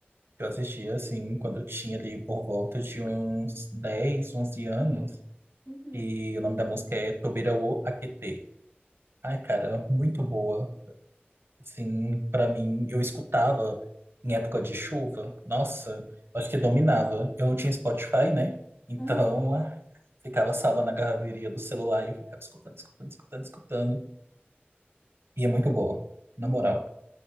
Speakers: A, on the right; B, on the left.
A: Eu assistia, assim, quando eu tinha ali por volta de uns 10 11 anos.
B: Uhum,
A: E o nome da música é Tobira wo Akete. Ai, cara, muito boa. Assim, pra mim, eu escutava em época de chuva. Nossa, acho que dominava. Eu não tinha Spotify, né? Então,
B: aham,
A: <laughs> ah, ficava salva na galeria do celular e eu ficava escutando, escutando, escutando, escutando. E é muito boa, na
B: uhum.
A: moral.